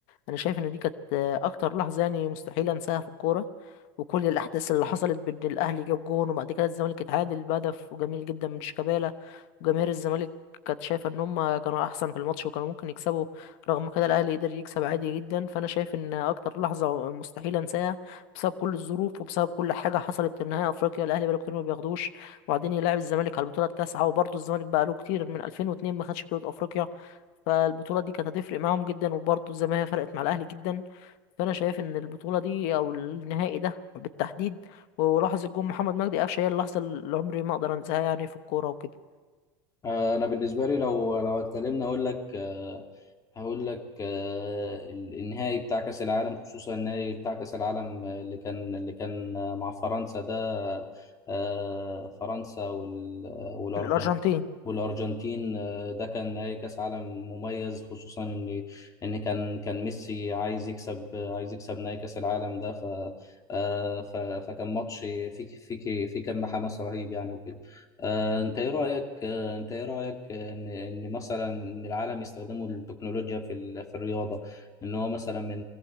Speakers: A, on the left; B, on the left.
A: أنا شايف إن دي كانت أكتر لحظة يعني مستحيل أنساها في الكورة وكل الأحداث اللي حصلت بين الأهلي جاب جون وبعد كده الزمالك اتعادل بهدف وجميل جدا من شيكابالا وجماهير الزمالك كانت شايفة إن هما كانوا أحسن في الماتش وكانوا ممكن يكسبوا رغم كده الأهلي قدر يكسب عادي جدا فأنا شايف إن أكتر لحظة مستحيل أنساها بسبب كل الظروف وبسبب كل حاجة حصلت في نهائي أفريقيا الأهلي بقاله كتير ما بياخدوش وبعدين يلعب الزمالك على البطوله التاسعه وبرضه الزمالك بقى له كتير من 2002 ما خدش بطوله افريقيا فالبطوله دي كانت هتفرق معاهم جدا وبرضه زي ما هي فرقت مع الاهلي جدا فانا شايف ان البطوله دي او النهائي ده بالتحديد ولحظه جون محمد مجدي قفشه هي اللحظه اللي عمري ما اقدر انساها يعني في الكوره وكده
B: آه، انا بالنسبه لي لو لو اتكلمنا اقول لك آه، هقول لك آه، ال- النهائي بتاع كاس العالم خصوصا النهائي بتاع كاس العالم آه، اللي كان اللي كان آه، مع فرنسا ده آه، فرنسا وال- والارجنتين
A: الارجنتين
B: والارجنتين آه، ده كان نهائي كاس عالم مميز خصوصا ان ان كان كان ميسي عايز يكسب عايز يكسب نهائي كاس العالم ده ف آه، ف- فكان ماتش فيه فيه فيه كم حماس رهيب يعني وكده آه، انت ايه رايك انت ايه رايك ان ان مثلا ان العالم يستخدموا التكنولوجيا في ال- في الرياضه ان هو مثلا من